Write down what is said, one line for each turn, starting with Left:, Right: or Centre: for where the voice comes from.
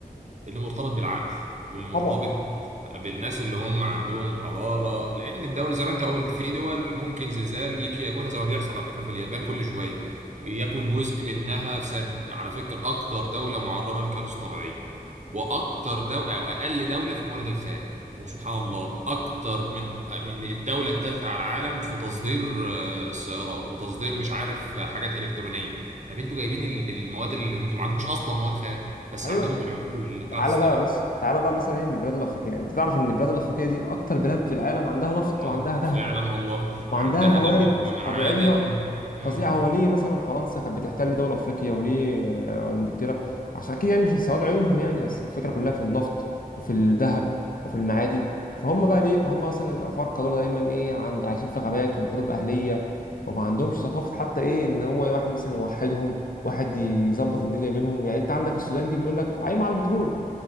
Right: اللي مرتبط بالعقل واللي مرتبط
Left: طبعا
Right: بالناس اللي هم عندهم حضارة لأن الدول زي ما أنت قلت في دول ممكن زلزال يجي ياكلها زي ما بيحصل على فكرة في اليابان كل شوية ياكل جزء منها في ثانية على فكرة أكتر دولة معرضة لكوارث طبيعية وأكتر دولة أو أقل دولة في الموارد الخام وسبحان الله أكتر من من الدولة الثالثة على العالم في تصدير آه، السيارات وتصدير مش عارف آه، حاجات إلكترونية طب أنتوا جايبين ال- المواد اللي أنتوا ما عندكوش أصلا مواد خام بس
Left: ايوه
Right: عندهم العقول اللي بتعرف
Left: تعالى
Right: تستخدم
Left: بقى بص تعالى بقى مثلا ايه للبلاد الافريقيه انت تعرف ان البلاد الافريقيه دي اكتر بلاد في العالم عندها نفط
Right: العظم
Left: وعندها ذهب
Right: فعلا والله وعندها
Left: وعندها موارد
Right: ذهب ومعادن
Left: طبيعية
Right: امم
Left: فظيعة هو ليه مثلا فرنسا كانت بتحتل دول أفريقيا وليه آه، إنجلترا عشان أكيد يعني مش من سواد عيونهم يعني بس الفكرة كلها في النفط وفي الذهب وفي المعادن فهم بقى ليه هم أصلا الأفارقة دول دايما إيه عند عايشين في غابات وحروب أهلية وما عندهمش ثقافة حتى إيه إن هو واحد مثلا يوحدهم واحد يظبط الدنيا بينهم يعني أنت عندك السودان دي بيقول لك قايمة على بترول